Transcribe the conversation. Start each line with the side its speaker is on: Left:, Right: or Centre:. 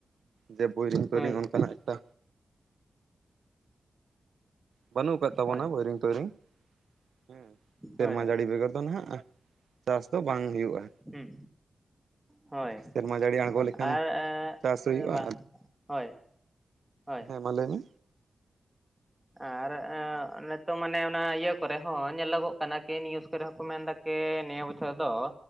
Right: ᱡᱮ ᱵᱳᱭᱨᱤᱝ ᱛᱚᱭᱨᱤᱝ
Centre: ᱦᱳᱭ
Right: ᱚᱱᱠᱟᱱᱟᱜ ᱮᱴᱟ ᱵᱟᱹᱱᱩᱜ ᱟᱠᱟᱫ ᱛᱟᱵᱚᱱᱟ
Centre: ᱦᱳᱭ
Right: ᱵᱳᱭᱨᱤᱝ ᱛᱳᱭᱨᱤᱝ ᱦᱮᱸ ᱥᱮᱨᱢᱟ
Centre: ᱦᱳᱭ ᱦᱳᱭ
Right: ᱡᱟᱲᱤ ᱵᱮᱜᱚᱨ ᱫᱚ ᱱᱟᱦᱟᱸᱜ ᱪᱟᱥ ᱫᱚ ᱵᱟᱝ ᱦᱩᱭᱩᱜ-ᱟ
Centre: ᱦᱩᱸ ᱦᱳᱭ
Right: ᱥᱮᱨᱢᱟ ᱡᱟᱹᱲᱤ ᱟᱬᱜᱚ ᱞᱮᱠᱷᱟᱱ
Centre: ᱟᱨ
Right: ᱪᱟᱥ ᱦᱩᱭᱩᱜᱼᱟ
Centre: ᱮᱸ ᱵᱟᱝ ᱦᱳᱭ ᱦᱳᱭ
Right: ᱦᱮᱸ ᱢᱟ ᱞᱟᱹᱭ ᱢᱮ
Centre: ᱟᱨ ᱮᱸ ᱚᱱᱮ ᱛᱚ ᱢᱟᱱᱮ ᱚᱱᱟ ᱤᱭᱟᱹ ᱠᱚᱨᱮ ᱦᱚᱸ ᱧᱮᱞᱚ, ᱜᱚᱜ ᱠᱟᱱᱟ ᱠᱤ ᱱᱤᱭᱩᱥ ᱠᱚᱨᱮ ᱦᱚᱸᱠᱚ ᱢᱮᱱᱫᱟ ᱠᱮ ᱱᱤᱭᱟᱹ ᱵᱚᱪᱷᱚᱨ ᱫᱚ